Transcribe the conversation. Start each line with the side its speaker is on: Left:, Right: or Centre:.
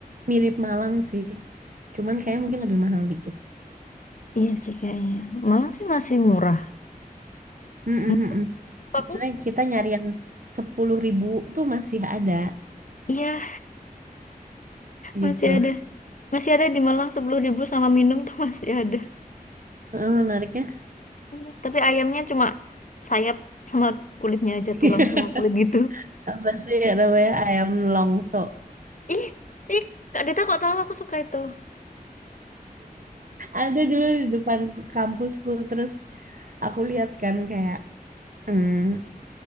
Right: mirip Malang sih, cuman kayak mungkin lebih mahal dikit.
Left: Iya sih kayaknya. Malang sih masih murah.
Right: Mm-mm-mm.
Left: Menurut aku,
Right: Maksudnya kita nyari yang sepuluh ribu tuh masih ada
Left: iya
Right: gitu.
Left: masih ada. Masih ada di Malang sepuluh ribu sama minum tuh <laughs> masih ada.
Right: Eh, menariknya
Left: Iya. Tapi ayamnya cuma sayap sama kulitnya aja,
Right: <laughs>
Left: tulang sama kulit gitu.
Right: apa sih namanya ayam longso?
Left: Ih, ih, Kak Dita kok tahu aku suka itu?
Right: ada dulu di depan ku- kampusku terus aku lihat kan kayak hmm,